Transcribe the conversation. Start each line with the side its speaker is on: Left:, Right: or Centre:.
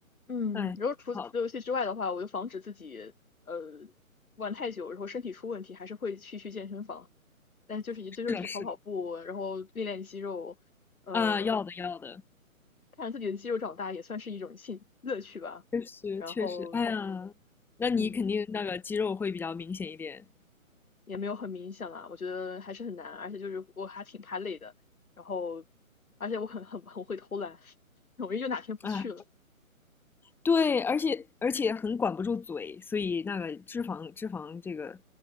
Left: 嗯，
Centre: 哎，
Left: 然后除此除了游戏之外的话，
Centre: 挺好的，
Left: 我就防止自己呃玩太久，然后身体出问题，还是会去去健身房，但是就是也就是去跑跑步，
Centre: 是的，是的，
Left: 然后练练肌肉，呃，
Centre: 啊，要的要的，
Left: 看着自己的肌肉长大也算是一种兴乐趣吧。
Centre: 确实确实，
Left: 然后
Centre: 哎呀，那你肯定那个肌肉会比较明显一点，
Left: 嗯，也没有很明显啦，我觉得还是很难，而且就是我还挺怕累的，然后而且我很很很会偷懒，<laughs> 容易就哪天不去了。
Centre: 啊，对，而且而且很管不住嘴，所以那个脂肪脂肪这个